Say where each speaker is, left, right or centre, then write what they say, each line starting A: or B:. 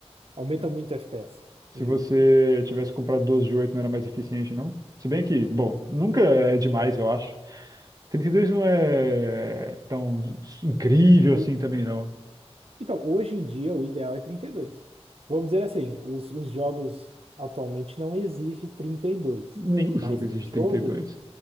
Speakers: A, on the right; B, on the right.
A: Aumenta muito FPS
B: Se
A: em
B: você
A: jogo.
B: tivesse comprado 12 de 8, não era mais eficiente, não? Se bem que, bom, nunca é demais, eu acho. 32 não é tão incrível
A: O-
B: assim também, não.
A: Então, hoje em dia, o ideal é 32. Vamos dizer assim, os, os jogos atualmente não exigem 32,
B: Nenhum
A: mas
B: jogo exige
A: tem jogo,
B: trinta e dois.